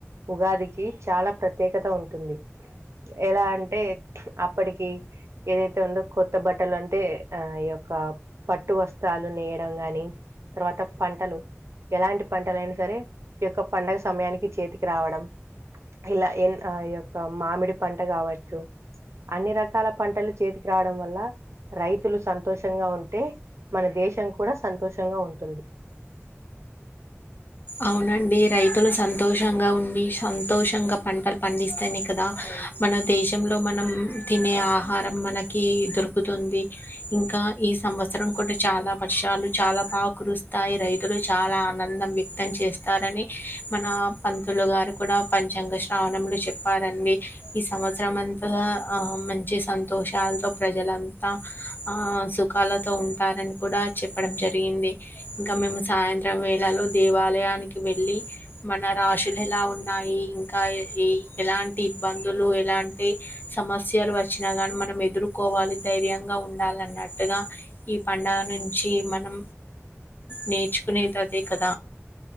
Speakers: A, on the right; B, on the left.
A: ఉగాదికి చాలా ప్రత్యేకత ఉంటుంది. ఎలా అంటే అప్పటికి ఏదైతే ఉందో, కొత్త బట్టలు అంటే ఆ ఈ యొక్క పట్టు వస్ వస్త్రాలు నేయడం గాని, తర్వాత పంటలు ఎలాంటి పంటలు అయినా సరే, ఈ యొక్క పండగ సమయానికి చేతికి రావడం, ఇలా ఎ ఈ యొక్క మామిడి పంట కావచ్చు. అన్ని రకాల పంటలు చేతికి రావడం వల్ల రైతులు సంతోషంగా ఉంటే మన దేశం కూడా సంతోషంగా ఉంటుంది.
B: అవునండి. రైతులు సంతోషంగా ఉండి సంతోషంగా పంటలు పండిస్తేనే కదా, మన దేశంలో మనం తినే ఆహారం మనకి దొరుకుతుంది. ఇంకా ఈ సంవత్సరం కూడా చాలా వర్షాలు చాలా బాగ కురుస్తాయి. రైతులు చాలా ఆనందం వ్యక్తం చేస్తారని, మన పంతులు గారు కూడా పంచాంగ శ్రావణంలో చెప్పారండి. ఈ సంవత్సరం అంతా మంచి సంతోషాలతో, ప్రజలంతా సుఖాలతో, ఉంటారని కూడా చెప్పడం జరిగింది. మేము సాయంత్రం వేళలో దేవాలయానికి వెళ్ళి మన రాశులు ఎలా ఉన్నాయి. ఇంకా ఎలాంటి ఇబ్బందులు, ఎలాంటి సమస్యలు వచ్చినా కానీ, మనం ఎదుర్కోవాలి. ధైర్యంగా ఉండాల అన్నట్టుగా, ఈ పండుగ నుంచి మనం నేర్చు తునీతదే కదా